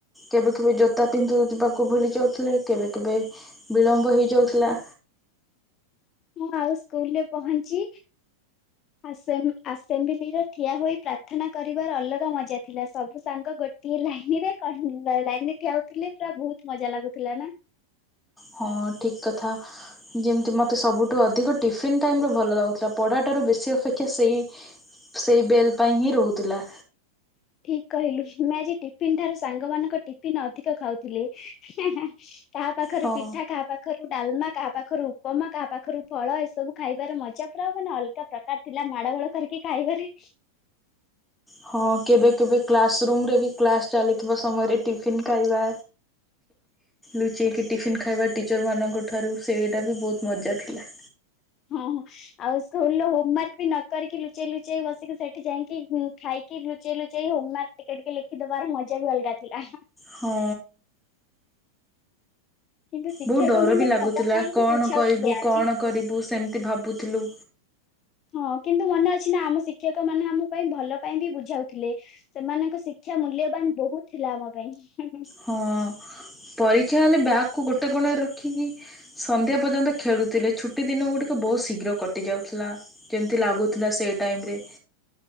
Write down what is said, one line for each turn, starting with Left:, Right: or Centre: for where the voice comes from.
Centre: କେବେ କେବେ ଜୋତା ପିନ୍ଧିବାକୁ ଭୁଲି ଯାଉଥିଲେ କେବେ କେବେ ବିଳମ୍ବ ହେଇଯାଉଥିଲା
Left: ମୁଁ ଆଉ ସ୍କୁଲରେ ପହଞ୍ଚି ଆସେମ୍ବ ଆସେମ୍ବଲି ରେ ଠିଆ ହୋଇ ପ୍ରାର୍ଥନା କରିବାର ଅଲଗା ମଜା ଥିଲା ସବୁ ସାଙ୍ଗ ଗୋଟିଏ ଲାଇନରେ କ ଲାଇନ ରେ ଠିଆ ହଉଥିଲେ ପୁରା ବହୁତ ମଜା ଲାଗୁଥିଲା ନା
Centre: ହଁ ଠିକ କଥା ଯେମିତି ମୋତେ ସବୁଠୁ ଅଧିକ ଟିଫିନ ଟାଇମରେ ଭଲ ଲାଗୁଥିଲା ପଢାଟାରୁ ବେଶୀ ଅପେକ୍ଷା ସେଇ ସେଇ ବେଲ୍ ପାଇଁ ହିଁ ରହୁଥିଲା
Left: ଠିକ କହିଲୁ ମୁଁ ଆଜି ଟିଫିନ ଠାରୁ ସାଙ୍ଗ ମାନଙ୍କ ଟିଫିନ ଅଧିକ ଖାଉଥିଲି ହେ ହେ ହେ କାହା ପାଖରେ
Centre: ହଁ।
Left: ପିଠା କାହା ପାଖରୁ ଡାଲମା କାହା ପାଖରୁ ଉପମା କାହା ପାଖରୁ ଫଳ ଏସବୁ ଖାଇବାର ମଜା ପୁରା ମାନେ ଅଲଗା ପ୍ରକାର ଥିଲା ମାଡ ଗୋଳ କରିକି ଖାଇବାରେ
Centre: ହଁ କେବେ କେବେ କ୍ଲାସ ରୁମ୍ ରେ ବି କ୍ଲାସ୍ ଚାଲିଥିବା ସମୟରେ ଟିଫିନ୍ ଖାଇବା ଲୁଚେଇକି ଟିଫିନ୍ ଖାଇବା ଟିଚର୍ ମାନଙ୍କ ଠାରୁ ସେଇଟା ବି ବହୁତ ମଜା ଥିଲା।
Left: ହଁ ହଁ ଆଉ ସ୍କୁଲ ହୋମୱାର୍କ ବି ନକିରିକି ଲୁଚେଇ ଲୁଚେଇ ବସିକି ସେଠି ଯାଇଁକି ଖାଇକି ଲୁଚେଇ ଲୁଚେଇ ହୋମୱାର୍କ ଟିକେ ଟିକେ ଲେଖିଦବାର ମଜା ବି ଅଲଗା ଥିଲା।
Centre: ହଁ।
Left: କିନ୍ତୁ ଶିକ୍ଷକ
Centre: ବହୁତ ଡର
Left: ମାନେ
Centre: ବି ଲାଗୁଥିଲା
Left: ଭଲ ପାଇଁ
Centre: କଣ
Left: ହିଁ ବୁଝାଉଥିଲେ
Centre: କହିବୁ
Left: ଆଜି
Centre: କଣ କରିବୁ ସେମିତି ଭାବୁଥିଲୁ।
Left: ହଁ କିନ୍ତୁ ମନେ ଅଛି ନା ଆମ ଶିକ୍ଷକ ମାନେ ଆମ ପାଇଁ ଭଲ ପାଇଁ ବି ବୁଝାଉଥିଲେ ସେମାନଙ୍କ ଶିକ୍ଷା ମୂଲ୍ୟବାନ ବହୁତ ଥିଲା ଆମ ପାଇଁ।
Centre: ହଁ ପରୀକ୍ଷା ହେଲେ ବ୍ୟାଗ୍ କୁ ଗୋଟେ କୋଣରେ ରଖିକି ସନ୍ଧ୍ୟା ପର୍ଯ୍ୟନ୍ତ ଖେଳୁଥିଲେ ଛୁଟି ଦିନ ଗୁଡ଼ିକ ବହୁତ ଶୀଘ୍ର କଟିଯାଉଥିଲା ଯେମିତି ଲାଗୁଥିଲା ସେଇ ଟାଇମ୍ ରେ।